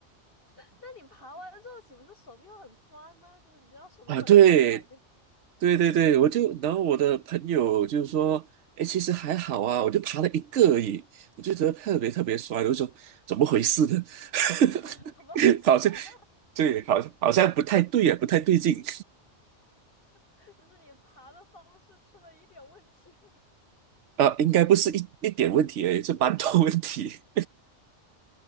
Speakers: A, on the left (about 50°); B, on the right (about 75°).
A: 那你爬完之后岂不是手臂会很酸吗？就是你知道手臂会很痛吧？
B: 啊，对，
A: 应
B: 对对对，我就然后我的朋友就是说，哎，其实还好啊，我就爬了一个而已，我就觉得特别特别酸，我就说怎么回事呢？
A: 该
B: <laughs>
A: <laughs> 怎么回事啊
B: 好像对，好像好像不太对啊，不太对劲
A: <laughs> 就是你爬的方式出了一点问题。
B: 啊，应该不是一一点问题而已，是蛮多问题。